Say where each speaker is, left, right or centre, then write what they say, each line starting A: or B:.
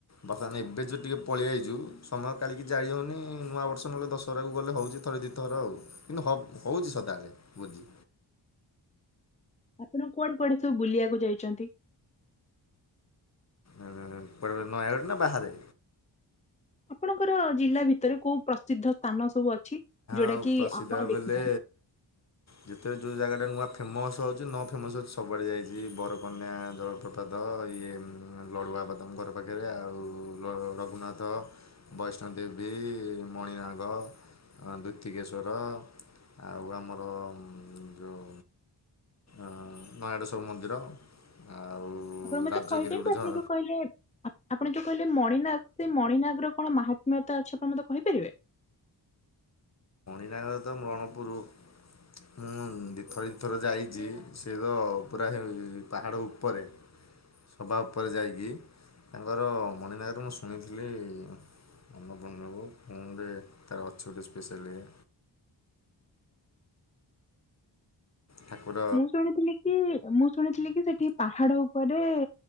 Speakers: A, on the left; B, on the left.
A: ବର୍ତ୍ତମାନ ଏବେ ଯୋଉ ଟିକେ ପଳେଇଆଇଚୁ ସମୟ କାଲିକି ଯାଇହୋଉନି ନୂଆ ବର୍ଷ ନହେଲେ ଦଶହରାକୁ ଗଲେ ହୋଉଚି ଥରେ ଦି ଥର ଆଉ କିନ୍ତୁ ହ ହୋଉଚି ସଦାବେଳେ ଭୋଜୀ।
B: <inaudible> ଆପଣ କୁଆଡେ କୁଆଡେ ସବୁ ବୁଲିବାକୁ ଯାଇଚନ୍ତି?
A: ଏଁ କୁଆଡ଼େ କୁଆଡ଼େ ନୟାଗଡ଼ ନା ବାହାରେ।
B: ଆପଣଙ୍କର ଜିଲ୍ଲା ଭିତରେ କୋଉ ପ୍ରସିଦ୍ଧ ସ୍ଥାନ ସବୁ ଅଛି ଯୋଉଟା
A: ଆଉ
B: କି
A: ପ୍ରସିଧା
B: ଆପଣ ଦେଖିଛନ୍ତି
A: ବେଲେ ଯେତେବେଳେ ଯେଉଁ ଜାଗାଟା ନୂଆ ଫେମସ୍ ହୋଉଚି ନ ଫେମସ୍ ଅଛି ସବୁଆଡ଼େ ଯାଇଚି ବରକନ୍ୟା ଜଳପ୍ରପାତ ଇଏ ଲଡୁବାବା ତମ ଘର ପାଖରେ ଆଉ ଯୋଉ ର ରଘୁନାଥ ବୈଷ୍ଣଦେବୀ ମଣିନାଗ। ଅଁ ଦୁତିକେଶ୍ଵର ଆଉ ଆମର ଯେଉଁ ଅଁ ନୟାଗଡ଼ର ସବୁ ମନ୍ଦିର ଆଉ
B: ଆପଣ ମତେ
A: ରାଜଗିରି
B: କହିପାରିବେ
A: ଗୋଟେ
B: ଆପଣ
A: ଝର
B: ଯୋଉ କହିଲେ ଆ ଆପଣ ଯୋଉ କହିଲେ ମଣିନାଗ ସେ ମଣିନାଗର କଣ ମହାତ୍ମ୍ୟତା ଅଛି ଆପଣ ମତେ କହିପାରିବେ?
A: ନାଗର ତ ମଣପୂରୁ। ମୁଁ ଦି ଥର ଦି ଥର ଯାଇଛି ସେଏ ତ ପୁରା ହେ ପାହାଡ଼ ଉପରେ? ସଭା ଉପରେ ଯାଇକି ତାଙ୍କର ମଣିନାଗ ମୁଁ ଶୁଣିଥିଲି <unintelligible> କଣ ଗୋଟେ ତାର ଅଛି ଗୋଟେ ସ୍ପେସିଆଲ ଇଏ। ଠାକୁର
B: ମୁଁ ଶୁଣିଥିଲି କି ମୁଁ ଶୁଣିଥିଲି କି ସେଠି ପାହାଡ ଉପରେ ଅଁ